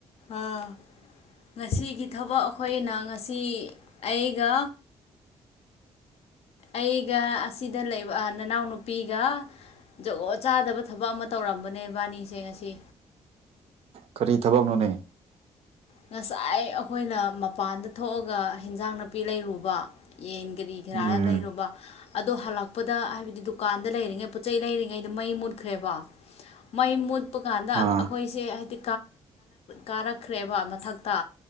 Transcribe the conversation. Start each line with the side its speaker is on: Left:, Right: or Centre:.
Left: ꯑꯥ ꯉꯁꯤꯒꯤ ꯊꯕꯛ ꯑꯩꯈꯣꯏꯅ ꯉꯁꯤ ꯑꯩꯒ ꯑꯩꯒ ꯑꯁꯤꯗ ꯂꯩꯕ ꯅꯅꯥꯎꯅꯨꯄꯤꯒ ꯖꯒꯣ ꯆꯥꯗꯕ ꯊꯕꯛ ꯑꯃ ꯇꯧꯔꯝꯕꯅꯦ ꯏꯕꯥꯅꯤꯁꯦ ꯉꯁꯤ
Right: ꯀꯔꯤ ꯊꯕꯛꯅꯣꯅꯦ
Left: ꯉꯁꯥꯏ ꯑꯩꯈꯣꯏꯅ ꯃꯄꯥꯟꯗ ꯊꯣꯛꯑꯒ ꯍꯟꯖꯥꯡ ꯅꯥꯄꯤ ꯂꯩꯔꯨꯕ ꯌꯦꯟ ꯀꯔꯤ ꯈꯔ
Right: ꯎꯝ
Left: ꯂꯩꯔꯨꯕ ꯑꯗꯣ ꯍꯜꯂꯛꯄꯗ ꯍꯥꯏꯕꯗꯤ ꯗꯨꯀꯥꯟꯗ ꯂꯩꯔꯤꯉꯩ ꯄꯣꯠ ꯆꯩ ꯂꯩꯔꯤꯉꯩꯗ ꯃꯩ ꯃꯨꯠꯈ꯭ꯔꯦꯕ ꯃꯌꯃꯨꯠ ꯀꯞꯄ ꯀꯥꯟꯗ ꯑꯩꯈꯣꯏꯁꯦ
Right: ꯑꯥ
Left: ꯍꯥꯏꯗꯤ ꯀꯥꯔꯛꯈ꯭ꯔꯦꯕ ꯃꯊꯛꯇ